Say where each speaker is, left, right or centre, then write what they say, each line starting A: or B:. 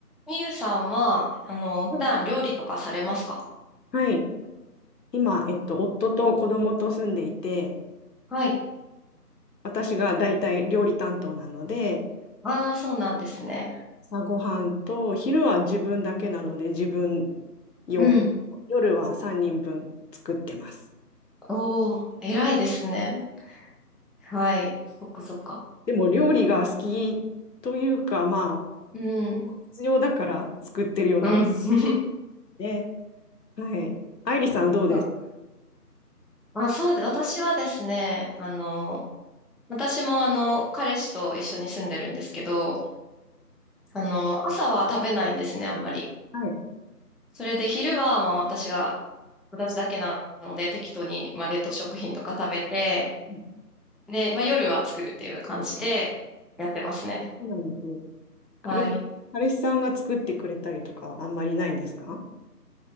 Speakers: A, in the centre; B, on the left.
A: みゆさんは、あの、普段料理とかされますか
B: はい。今、えっと、夫と子供と住んでいて、
A: はい。
B: 私が大体料理担当なので、
A: ああ、そうなんですね。
B: 朝ごはんと昼は自分だけなので自分用、
A: うん。
B: 夜は3人分作ってます。
A: おー、偉いですね。はい。そっかそっか。
B: でも料理が好きというか、まあ、
A: うん。
B: 必要だから作ってるような感
A: うん。<laughs> そ
B: じで、はい。愛理さんどうです
A: うまあ、そうで、私はですね、あの、私もあの、彼氏と一緒に住んでるんですけど、あの、朝は食べないんですね、あんまり。
B: かはい。
A: それで昼は、まあ私が、私だけなので、適当に、まあ冷凍食品とか食べて、
B: うん
A: で、まあ夜は作るっていう感じでやってますね。
B: そうなんですね。彼、
A: はい。
B: 彼氏さんが作ってくれたりとかはあんまりないんですか